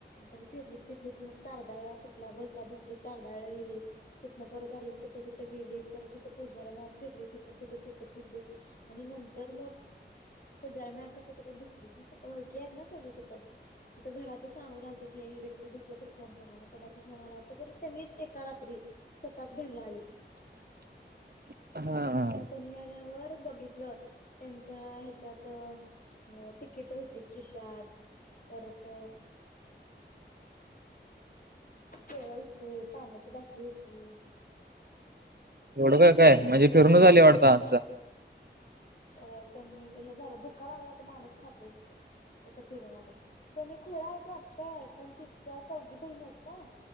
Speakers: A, on the left; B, on the right.
A: त्यांनी फिरलीत फिरलीत मग तारदाळ ला कुठल्या बसला बसलीत तारदाळला गेले तिथन परत आलीत. कुठं कुठं गेली परत तिथं पूजारा मळत फिरली तिथं फिरलीत तिथं फिरलीत आणि नंतर मग पुजारी मळ्यात कुठ तरी दिसलीत ओळखी आहेत ना सगळं तिथं, तिथं घरातली सांगून ही ही व्यक्ती दिसलं तर फोन करा, मग कोणा फोन आला वाटत परत त्यांनीच एका रात्री स्वतःच घरला आलेत.
B: <inaudible> हा
A: मग त्यांनी आल्यावर बघितलं त्यांच्या ह्याच्यात अ तिकीट होती किशाात. परत केळ ते पाण्याची बाटली होती.
B: थोडं का काय म्हणजे
A: वडापाव
B: फिरून आले वाटता
A: तेन
B: आजा.
A: खा अ त्यांनी हे झालं भुका लागला तर माणूस खातेयच की. तसं फिरून आल त्यानी खुळ आहेत वाटतय, पण ति त्या चौघी बहीणी आहेत काय.